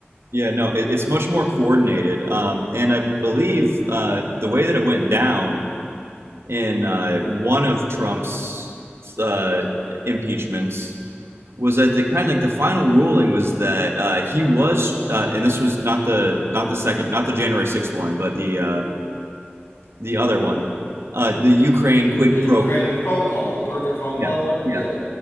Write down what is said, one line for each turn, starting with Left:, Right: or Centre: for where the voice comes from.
Right: yeah, no, it, it's much more coordinated. Um, and I believe uh, the way that it went down in uh, one of Trump's uh, impeachments was that the kind of like the final ruling was that uh, he was, uh, and this was not the not the second, not the January 6th one, but the uh, the other one, uh, the Ukraine quid
Left: The Ukraine,
Right: pro.
Left: the phone call, the perfect phone call
Right: Yeah,
Left: one. Yeah,
Right: yeah.